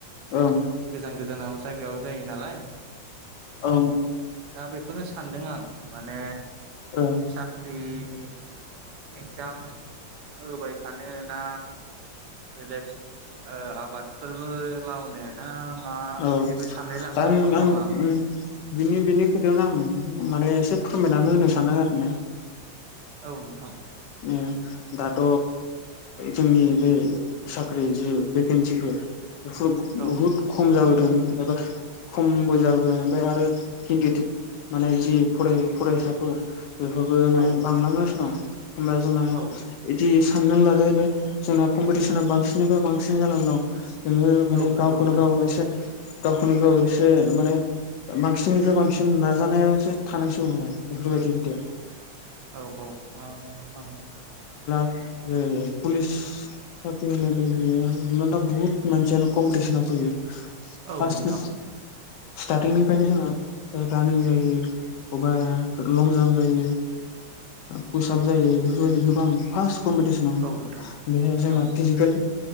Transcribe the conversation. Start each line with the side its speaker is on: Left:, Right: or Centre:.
Left: ओं
Right: गोजान गोजानाव जायगायाव जायो नालाय
Left: औ।
Right: दा बेखौनो सानदों आं माने
Left: ओं
Right: साख्रि नि एक्जाम होबाय थानो ना बेलेग आबादफोरबो मावनो ना? मा
Left: औ
Right: बेबो सानलाय लाङो
Left: आं
Right: सम
Left: आं
Right: सम
Left: ओ बिनि बिनि नो आं माने एसे फोरमायनानै होनो सानो आरो ना।
Right: औ नोंथां।
Left: ओ दाथ' जोंनि बे साख्रि जि भेकेन्सिफोर बेफोर
Right: औ
Left: बहुत खम जाबाय उम एबा खमबो जाबाय ओमफ्राय आरो केन्दिदेट माने जि फराय फरायसाफोर बेफोरबो माने
Right: औ
Left: बांलांगासिनो दं। होमबा जोंना
Right: औ
Left: इदि। साननानै लादो दे जोंना कम्पिटिसना बांसिननिफ्राय बांसिन जाना दं। नोंओ माने
Right: औ नंगौ
Left: गावखोनो
Right: नोंथां
Left: गाव एसे गावखौनो गाव एसे माने बांसिननिफ्राय बांसिन नाजानायासो थानांसिगौ माने बेफोरबायदि खोथाया।
Right: औ औ। अ अह।
Left: जे पुलिस साख्रि होननाय लोगो लोगो दा बहुत मानसियानो कमपिटिसन आव फैयो।
Right: औ
Left: फास
Right: नोंथां
Left: ओ स्टार्टिंनिफ्रायनो जोंङो रानिं जायो अबा लं जाम्प जायो। फुसआब जायो बेफोरबायदि गोबां फार्स्ट कमपेटिसनाव
Right: औ नोंथां
Left: बेहाय जोंङो
Right: औ
Left: फिजिकेल